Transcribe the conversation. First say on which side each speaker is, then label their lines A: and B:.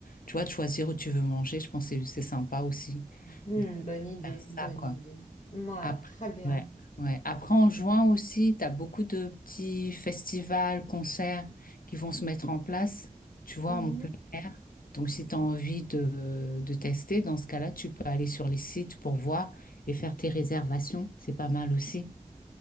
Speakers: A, on the left; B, on the left.
A: Tu vois, de choisir où tu veux manger. Je pense que c'est c'est sympa aussi
B: Hmm,
A: de
B: bonne idée,
A: faire ça,
B: bonne
A: quoi.
B: idée. Ouais,
A: Après,
B: très bien.
A: ouais, ouais. Après, en juin aussi, tu as beaucoup de petits festivals, concerts qui vont se mettre en place, tu vois,
B: Mhm.
A: en plein air. Donc, si tu as envie de, de tester, dans ce cas-là, tu peux aller sur les sites pour voir et faire tes réservations. C'est pas mal aussi.